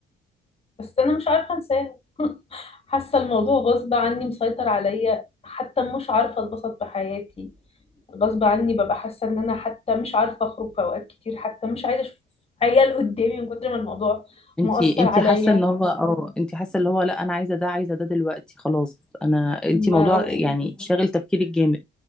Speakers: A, on the left (about 30°); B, in the centre.
A: بس انا مش عارفه انساه <laughs> حاسه الموضوع غصب عني مسيطر عليا حتى مش عارفه اتبسط بحياتي غصب عني ببقى حاسه ان انا حتى مش عارفه اخرج في اوقات كتير حتى مش عايزه اشوف عيال قدامي من كتر ما الموضوع
B: انت
A: مؤثر
B: انت
A: عليا
B: حاسه ان هو اه انت حاسه اللي هو لا انا عايزه ده عايزه ده دلوقتي خلاص انا انت
A: ما-
B: موضوع يعني شاغل تفكيرك جامد